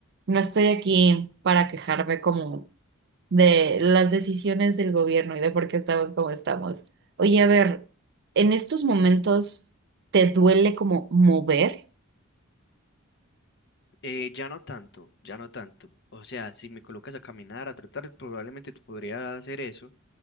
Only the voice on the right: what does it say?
no estoy aquí para quejarme como de las decisiones del gobierno y de por qué estamos como estamos. Oye, a ver, ¿en estos momentos te duele como mover?